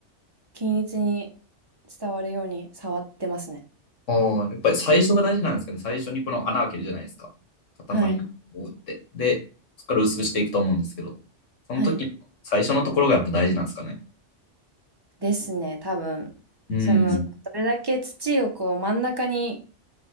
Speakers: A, on the right; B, on the left.
A: 均一に伝わるように触ってますね。
B: ああ、やっぱり最初が大事なんですかね。最初にこの穴開けるじゃないですか。塊に打って。
A: はい。
B: で、そこから薄くしていくと思うんですけど、
A: うん
B: その時、
A: はい。
B: 最初のところがやっぱ大事なんですかね。
A: ですね、多分。
B: うん。
A: その、どれだけ土をこう、真ん中に、